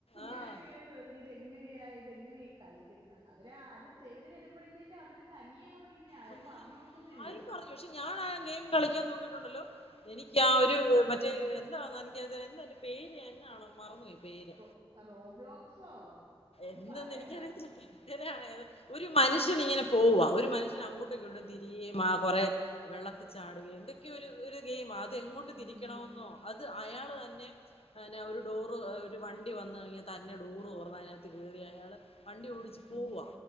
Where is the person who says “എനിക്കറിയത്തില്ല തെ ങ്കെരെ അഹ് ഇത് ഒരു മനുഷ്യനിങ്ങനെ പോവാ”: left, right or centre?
Left